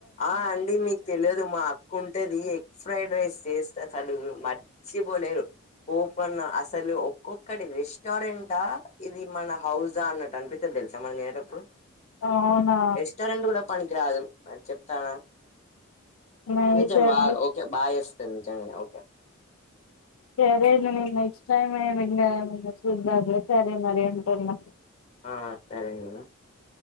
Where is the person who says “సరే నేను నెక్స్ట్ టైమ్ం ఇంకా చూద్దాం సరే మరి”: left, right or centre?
Left